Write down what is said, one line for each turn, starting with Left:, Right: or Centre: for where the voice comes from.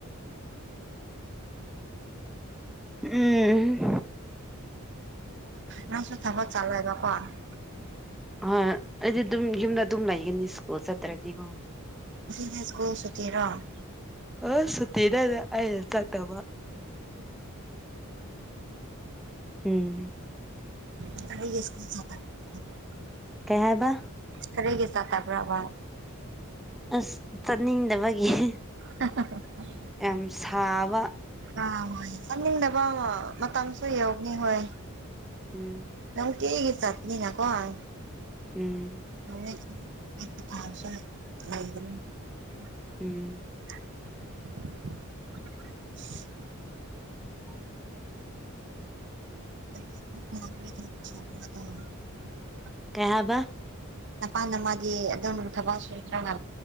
Centre: ꯎꯝ
Right: ꯅꯪꯁꯨ ꯊꯕꯛ ꯆꯠꯂꯣꯏꯕꯀꯣ ꯑ
Centre: ꯑ ꯑꯩꯗꯤ ꯌꯨꯝꯗ ꯇꯝ ꯂꯩꯥꯛ ꯅꯤ ꯁ꯭ꯀꯨꯜ ꯆꯠꯇ꯭ꯔꯅꯤꯉꯣ
Right: ꯁꯀꯨꯜ ꯁꯨꯇꯤꯔꯣ
Centre: ꯑ ꯁꯇꯔꯗ ꯑ ꯆ ꯇꯕ ꯎꯝ
Right: <unintelligible>
Centre: ꯀꯩ ꯍꯥꯏꯕ
Right: ꯈꯔꯔꯤꯒꯤ ꯁꯥꯇꯕꯔꯥꯕ
Centre: ꯑꯁ ꯇꯅꯤꯡꯗꯕꯒꯤꯦ
Right: ꯎꯝ ꯍ
Centre: ꯌꯥꯝꯁꯕ
Right: ꯑ ꯍ ꯆꯠꯅꯤꯡꯗꯕ ꯃꯇꯝꯁꯨ ꯌꯧꯅꯤ ꯍꯣꯏ
Centre: ꯎꯝ
Right: ꯅꯪ ꯀꯦꯒꯤ ꯆꯠꯅꯤꯅ ꯀꯣꯟ
Centre: ꯎꯝ
Right: <unintelligible>
Centre: ꯎꯝ
Right: <unintelligible>
Centre: ꯍ <inaudible>
Right: <unintelligible>
Centre: ꯀꯩ ꯍꯥꯢꯕꯥ
Right: ꯅꯄꯥꯗ ꯅꯃꯥꯗꯤ ꯑꯗꯣꯝ ꯊꯕꯛ ꯁꯨꯗ꯭ꯔꯒ